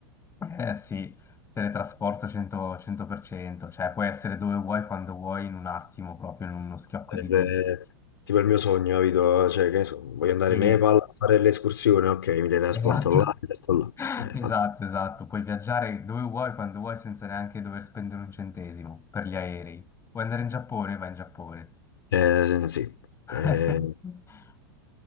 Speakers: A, on the left; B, on the left.
A: Eh sì, teletrasporto 100%, 100%, cioè puoi essere dove vuoi, quando vuoi, in un attimo, proprio in uno schiocco
B: Sarebbe
A: di dita.
B: tipo il mio sogno, capito? Cioè, che ne so, voglio andare
A: Sì,
B: in Nepal a fare l'escursione, ok, mi teletrasporto
A: Esatto,
B: là, e sto là.
A: <laughs>
B: Cioè,
A: esatto,
B: fa-
A: esatto. Puoi viaggiare dove vuoi, quando vuoi, senza neanche dover spendere un centesimo per gli aerei. Vuoi andare in Giappone? Vai in Giappone.
B: eh, sì,
A: <laughs>
B: eh,